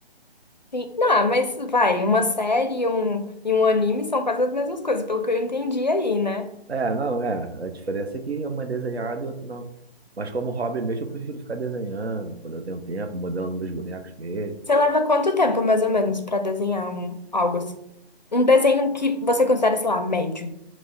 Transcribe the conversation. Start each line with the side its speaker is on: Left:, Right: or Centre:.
Left: Sim. Não, ah, mas vai, uma série e um, e um anime são quase as mesmas coisas, pelo que eu entendi aí, né?
Right: É, não, é. A diferença é que uma é desenhada e outra não. Mas como hobby mesmo, eu prefiro ficar desenhando quando eu tenho tempo, modelando meus bonecos mesmo.
Left: Você leva quanto tempo, mais ou menos, pra desenhar um, algo assim? Um desenho que você considera, sei lá, médio.